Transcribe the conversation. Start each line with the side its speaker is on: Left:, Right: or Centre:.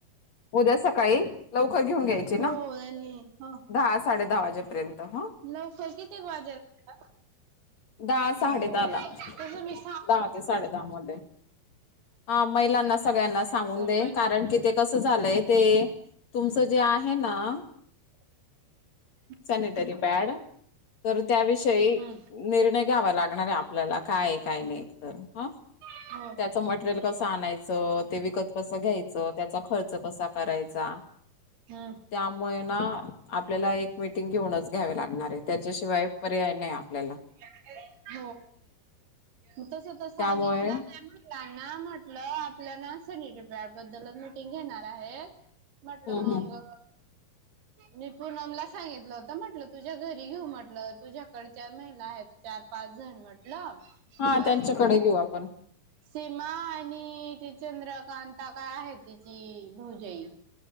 Left: उद्या सकाळी लवकर घेऊन यायची
Right: हो
Left: ना..
Right: आणि ह
Left: दहा साडे दहा वाजेपर्यंत हो...
Right: लवकर कितीक वाजेला...
Left: दहा साडे
Right: हो
Left: दहा ला
Right: तस मी स...
Left: दहा ते साडे दहा मध्ये हा महिलांना सगळ्यांना सांगून दे
Right: पण
Left: कारण की ते... कसं झालंय ते तुमचं जे आहे ना...
Right: <unintelligible>
Left: सॅनिटरी पॅड तर त्याविषयी
Right: हो
Left: निर्णय घ्यावा लागणार आहे आप ल्याला काय काय नाही तर ह
Right: हम्म
Left: त्याच मटेरियल कस आणायचं. आस ते विकत कसं घ्यायचं त्याचा खर्च कसा करायचा.
Right: हम्!
Left: त्यामुळे ना आपल्याला एक मिटिंग घेऊनच घ्यावी लागणार आहे त्याच्याशिवाय पर्याय नाही आपल्याला.
Right: <unintelligible> म तस त सांगितलं
Left: त्यामुळे
Right: त्या मुलांना म्हटलं आपल्या ना सनीरे त्याबद्दलच मिटिंग घेणार आहे म्हटलं
Left: हम्म
Right: मग
Left: हम्म
Right: मी पूनमला सांगितलं होत म्हटलं तुझ्या घरी घेऊ म्हटलं तुझ्याकडच्या महिला आहेत. चार पाच जण म्हटल आणि.
Left: हा त्यांच्याकडे घेऊ आपण
Right: सीमा आणि त चंद्रकांता काय आहे तिची भोजाई.